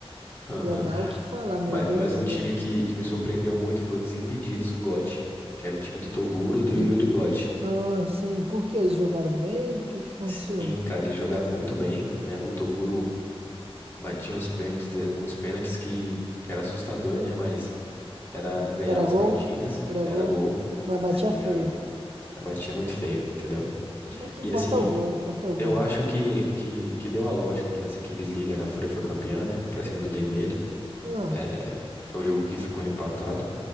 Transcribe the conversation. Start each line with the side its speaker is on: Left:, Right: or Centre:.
Left: Aham.
Right: Ia dar o que falar, meu
Left: Mas,
Right: Deus
Left: mas
Right: do céu.
Left: um time que, que me surpreendeu muito foi o Desimpedidos, o GOT, que era o time do Toguro e do
Right: Do...
Left: Yuri Gotti.
Right: Ah, sim, por que eles jogaram bem? O que que aconteceu?
Left: Sim, cara, eles jogaram muito bem, né? O Toguro batia uns pênaltis, uns pênaltis que, que era assustador, né? Mas era, ganhava
Right: Era gol?
Left: as partidas,
Right: Era
Left: era
Right: gol.
Left: gol.
Right: Mas batia
Left: Sim,
Right: feio.
Left: era gol. Batia muito feio, entendeu?
Right: Mas que
Left: E
Right: importa
Left: assim,
Right: é o gol, importa é o gol.
Left: eu acho que, que, que deu a lógica que nessa Kings League a Fúria foi campeã, né? Pra cima do Dendele.
Right: Ah,
Left: É, foi um jogo que ficou empatado.